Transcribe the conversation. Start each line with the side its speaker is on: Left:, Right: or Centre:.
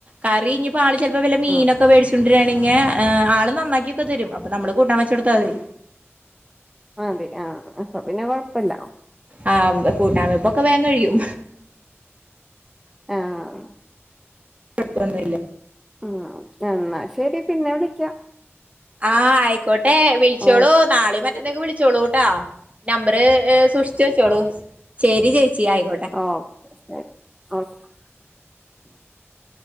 Right: കറി ഇഞ്ഞിപ്പോ ആള് ചിലപ്പോ വല്ല മീനൊക്കെ
Centre: ആഹ്
Right: വേടിച്ചോണ്ട്- ണെങ്ങി ആള് നന്നാക്കിയൊക്കെ തരും അപ്പൊ നമ്മള് കൂട്ടാൻ വെചോടുത്ത മതി.
Centre: അതെ ആഹ അപ്പോ പിന്നെ കൊഴപ്പല്ല.
Right: ആ കൂട്ടാവേപ്പൊക്കെ വേങ്ങഴിയും
Centre: ആഹ.
Right: ഴപ്പൊന്നുംല്ല.
Centre: ഉം എന്നാ ശരി പിന്നെ വിളിക്കാം.
Right: ആഹ ആയിക്കോട്ടെ വിളിച്ചോളൂ
Centre: ഓ
Right: നാളെ മറ്റന്നക്കെ വിളിച്ചോളൂട്ടാ നമ്പര്- ഏ സൂക്ഷിച്ചു വെച്ചോളൂ ശരി ചേച്ചി ആയിക്കോട്ടെ.
Centre: ഓക്കെ ശരി ഓ <inaudible>